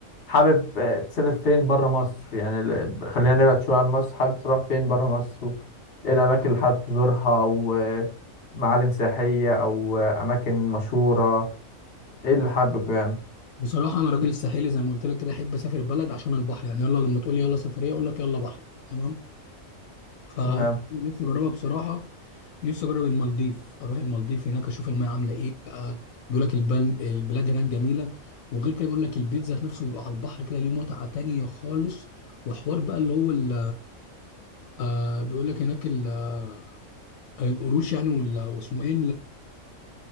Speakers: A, on the left; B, on the left.
A: حابب آه، تسافر فين بره مصر يعني ال- خلينا نبعد شويه عن مصر حابب تروح فين بره مصر ايه الاماكن اللي حابب تزورها او آه، معالم سياحيه او آه، اماكن مشهوره ايه اللي حابب يعني
B: بصراحه انا راجل ساحلي زي ما قلت لك كده احب اسافر بلد عشان البحر يعني يلا لما تقول لي يلا سفريه اقول لك يلا بحر تمام فنفسي
A: تمام.
B: اجربها بصراحه نفسي اجرب المالديف اروح المالديف هناك اشوف الميه عامله ايه بقى بيقول لك البل... البلاد هناك جميله وغير كده بيقول لك البيت ذات نفسه بيبقى على البحر كده ليه متعه تانية خالص وحوار بقى اللي هو ال... آه بيقول لك هناك ال... آه، القروش يعني ولا واسمه ايه